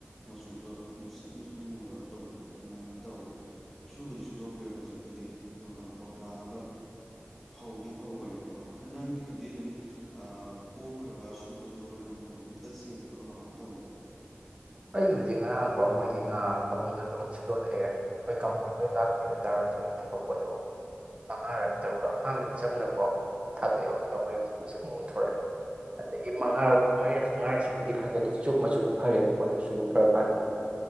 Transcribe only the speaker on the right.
ꯑꯩꯒꯤꯕꯨꯗꯤ ꯉꯔꯥꯡꯀꯣ ꯃꯣꯏꯒꯤ ꯉꯥ ꯐꯥꯕꯝꯗꯣ ꯑꯗꯨꯝ ꯁꯨꯗꯣꯂꯛꯑꯦ <inaudible> ꯍꯣꯏ ꯀꯝꯐꯣꯔꯠꯄꯨꯗꯤ ꯂꯥꯛꯇꯦ ꯑꯗꯣꯏ ꯇꯥꯔꯒꯁꯨ ꯑꯩ ꯊꯥꯗꯣꯛꯄꯗꯣ ꯃꯉꯥꯔꯛ ꯇꯔꯨꯛꯔꯛ ꯑꯍꯥꯟꯕꯗꯤ ꯆꯝꯅꯀꯣ ꯑꯗꯨꯝ ꯊꯥꯗꯣꯛꯑꯦ ꯑꯍꯨꯝꯂꯛ ꯃꯔꯤꯔꯛꯁꯨ ꯃꯨꯁꯨꯛ ꯃꯨꯅ ꯊꯣꯔꯛꯑꯦ ꯑꯗꯒꯤ ꯃꯉꯥꯔꯛ ꯃꯔꯤꯔꯛ ꯃꯉꯥꯔꯛ ꯁꯨꯕꯗꯤ ꯈꯔ ꯈꯔꯗꯤ ꯆꯨ ꯃꯆꯨꯗꯣ ꯐꯔꯦꯕ <unintelligible> ꯁꯨꯕ ꯐꯔꯀꯥꯟꯗ ꯑꯃꯨꯛ